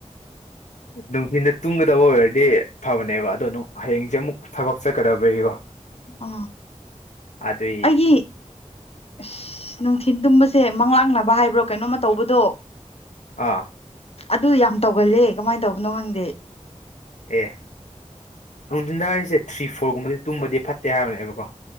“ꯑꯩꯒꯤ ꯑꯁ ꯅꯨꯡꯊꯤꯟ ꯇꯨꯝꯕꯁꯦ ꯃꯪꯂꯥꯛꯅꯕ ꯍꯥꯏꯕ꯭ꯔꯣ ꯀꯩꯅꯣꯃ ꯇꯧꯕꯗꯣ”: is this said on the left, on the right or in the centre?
Left